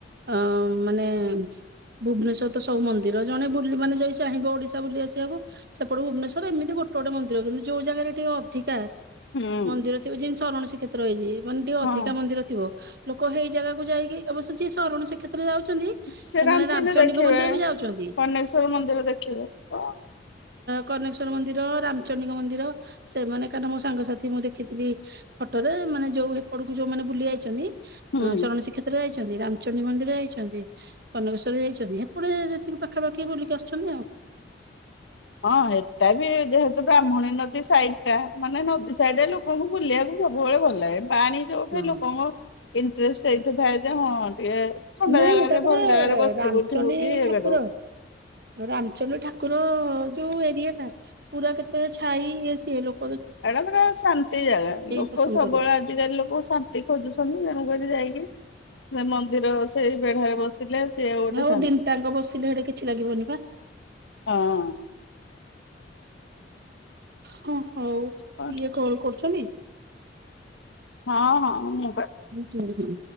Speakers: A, on the right; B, on the left.
A: ଅ ମାନେ ଭୁବନେଶ୍ଵର ତ ସବୁ ମନ୍ଦିର ଜଣେ ବୁଲି ମାନେ ଯଦି ଚାହିଁବ ଓଡ଼ିଶା ବୁଲି ଆସିବାକୁ ସେପଟୁ ଭୁବନେଶ୍ଵର ଏମିତି ଗୋଟେ ଗୋଟେ ମନ୍ଦ କିନ୍ତୁ ଯୋଉ ଜାଗାରେ ଟିକେ ଅଧିକା
B: ହୁଁ
A: ମନ୍ଦିର ଥିବ ଯେମିତି ସରଣ ସୀକ୍ଷେ ରଇଛି ମାନେ ଟିକେ
B: ହଁ
A: ଅଧିକା ମନ୍ଦିର ଥିବ ଲୋକ ହେଇ ଜାଗାକୁ ଯାଇକି ଅବଶ୍ୟ ଯିଏ ସରଣ ଶିଖ କ୍ଷେତ୍ର ଯାଉଛନ୍ତି
B: ସେ
A: ସେମାନେ
B: ରାମଚଣ୍ଡୀ
A: ରାମଚଣ୍ଡି
B: ଦେଖିବେ
A: ଙ୍କ ମନ୍ଦିର ବି ଯାଉଛନ୍ତି।
B: କନେଶ୍ଵର ମନ୍ଦିର ଦେଖିବେ ତ
A: କନେକେଶ୍ୱର ମନ୍ଦିର ରାମ ଚଣ୍ଡୀ ଙ୍କ ମନ୍ଦିର ସେମାନେ କାହିଁକ ନା ମୋ ସାଙ୍ଗସାଥି ମୁଁ ଦେଖିଥିଲି ଫଟୋରେ ମାନେ ଯୋଉ ହେପଟକୁ ଯୋଉମାନେ ବୁଲି ଯାଇଛନ୍ତି
B: ହୁଁ
A: ସରଣ ସୀକ୍ଷେତ୍ରରେ ଯାଇଛନ୍ତି ରାମ ଚଣ୍ଡୀ ମନ୍ଦିର ଯାଇଛନ୍ତି କନକେଶ୍ୱର ଯାଇଛନ୍ତି ହେପଟେ ଯେତିକି ପାଖାପାଖି ବୁଲିକି ଆସୁଛନ୍ତି ଆଉ।
B: ହଁ ହେଟା ବି ଯେହେତୁ ବ୍ରାହ୍ମଣୀ ନଦୀ ସାଇଟଟା ମାନେ ନଦୀ ସାଇଡରେ ଲୁ ଲୁକଙ୍କୁ ବୁଲିବାକୁ ସବୁବେଳେ ଭଲ ଲାଗେ ପାଣି ଯଉଠେ
A: ହଁ
B: ଲୁକଙ୍କ ଇଣ୍ଟରେଷ୍ଟ ସେଇଠି ଥାଏ ଯେ ହଁ ଟିକେ ଥଣ୍ଡା
A: ନାଇଁ
B: ଜାଗାରେ
A: ତାପରେ
B: ଭଲ ଜାଗାରେ ବସିବୁ
A: ରାମଚଣ୍ଡୀ
B: ଉଠିବୁ କି ଇଏ
A: ଠାକୁର
B: କରିବୁ
A: ରାମଚଣ୍ଡି ଠାକୁର ଯଉ ଏରିଆଟା ପୁରା କେତେ ଛାଇ ଇଏ ସିଏ ଲୋ
B: ଏଟା ପୁରା ଶାନ୍ତି ଜାଗା ଲୋକ
A: ପସନ୍ଦ
B: ସବୁବେଳେ
A: କରିବେ।
B: ଆଜ ଆଜିକାଲି ଲୋକ ଶାନ୍ତି ଖୋଜୁଛନ୍ତି ତେଣୁକରି ଯାଇକି ସେ ମନ୍ଦିର ସେଇ ବେଢାରେ ବସିଲେ ସିଏ ଗୋଟେ
A: ଆଉ
B: ଶାନ୍ତି
A: ଦିନ୍ ଟାଙ୍କ ବସିଲେ ହେଠେ କିଛି ଲାଗିବନି ପା।
B: ହଁ।
A: ହଁ ହଉ
B: ହଁ
A: ଇଏ କଲ କରୁଛନ୍ତି
B: ହଁ ହଁ ମୁଁ ପା
A: ହୁଁ ହୁଁ।